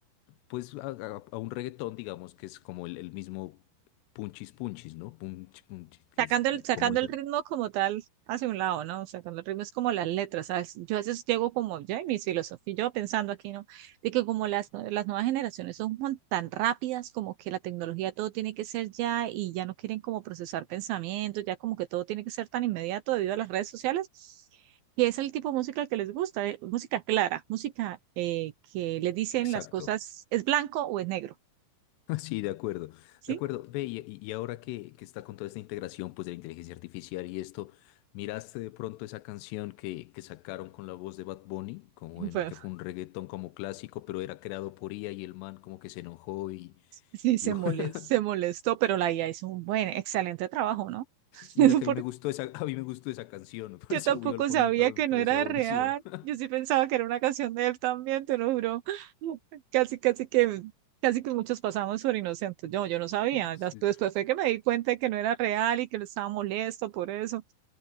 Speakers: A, on the left; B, on the right.
A: pues, a, a- a un reggaetón, digamos, que es como el, el mismo punchis punchis, ¿no? Punch, punchis, que
B: Sacando
A: es
B: el,
A: c-
B: sacando
A: como ese.
B: el ritmo como tal hacia un lado, ¿no? Sacando el ritmo es como las letras, ¿sabes? Yo a veces llego como, ya, y mis filosofía, yo pensando aquí, ¿no? De que como las, nue- las nuevas generaciones son mon- tan rápidas, como que la tecnología todo tiene que ser ya y ya no quieren como procesar pensamientos, ya como que todo tiene que ser tan inmediato debido a las redes sociales, que es el tipo de música que les gusta, ¿eh? Música clara, música eh, que les dicen
A: Exacto.
B: las cosas, es blanco o es negro,
A: <laughs> Sí, de acuerdo,
B: ¿sí?
A: de acuerdo. Ve, y, y- y ahora que, que está con toda esta integración pues, de la inteligencia artificial y esto, ¿miraste de pronto esa canción que, que sacaron con la voz de Bad Bunny? Como
B: <laughs>
A: en- que fue un reggaetón como clásico, pero era creado por IA y el man como que se enojó y,
B: Sí, se
A: y <laughs>
B: molestó, se molestó, pero la IA hizo un buen, excelente trabajo, ¿no?
A: mira
B: <laughs>
A: que
B: Porque
A: a mí me gustó esa, a mí me gustó esa canción, me <laughs> pareció,
B: yo tampoco
A: yo lo ponía
B: sabía
A: acá, me
B: que
A: parecía
B: no era de
A: buenísima.
B: real.
A: <laughs>
B: Yo sí pensaba que era una canción de él también, te lo juro. <laughs> Casi, casi que, casi que muchos pasamos por inocentes. Yo, yo no sabía.
A: Sí.
B: Después, después fue que me di cuenta de que no era real y que lo estaba molesto por eso.